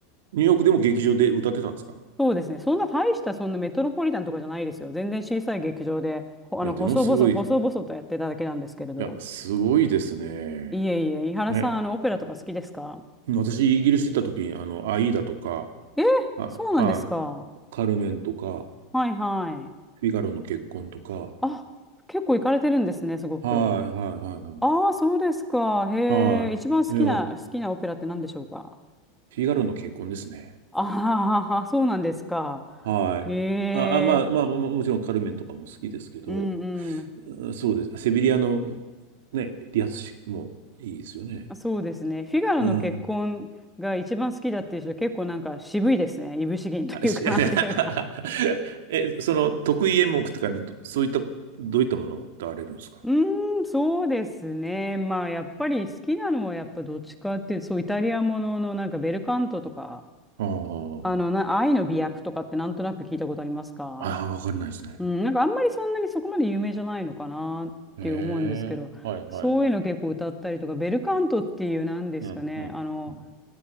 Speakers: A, on the right; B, in the centre.
A: ニューヨークでも劇場で歌ってたんですか。
B: そうですね。そんな大したそんなメトロポリタンとかじゃないですよ。全然小さい劇場で、ほあの細々、
A: いや、でもすごい、
B: 細々とやってただけなんですけれど。
A: いや、すごいですね。
B: いえいえ、井原さん、
A: ね、
B: あの、オペラとか好きですか
A: 私、イギリス行った時に、あの、アイーダとか、
B: えー、
A: あ、
B: そうなんですか。
A: あ、
B: は
A: カルメンとか、
B: いはい。
A: フィガロの結婚とか、
B: あ、結構行かれてるんですね、すごく。
A: はい、はい、はい、
B: ああ、そうですか。へえ、
A: はい。はい。
B: 一番好きな、
A: いや、
B: 好きなオペラって何でしょうか
A: フィガロの結婚ですね。
B: ああー、そうなんですか。
A: はい。
B: へえ、
A: あ、あ、まあ、まあ、ももちろんカルメンとかも好きですけど、
B: うんうん。
A: うんそうです。セビリアの、ね、理髪師もいいですよね。
B: そうですね。フィガロの結婚が一番好きだっていう人、
A: うん。
B: 結構なんか渋いですね。いぶし銀というかなんていうか
A: あ、し、<laughs> え、その、得意演目とか、どそういった、どういったものを歌われるんですか
B: うーん、そうですね。まあ、やっぱり好きなのは、やっぱどっちかっていうと、そう、イタリアもののなんかベルカントとか、
A: ああ、
B: あの、な、愛の美薬とかってなんとなく聞いたことありますか
A: ああ、わかんないですね。
B: うん、なんかあんまりそんなにそこまで有名じゃないのかなって思うんですけど、
A: へえ、はいはいはい。
B: そういうの結構歌ったりとか、ベルカントっていうなんですかね、
A: うん、うん。
B: あの、
A: うん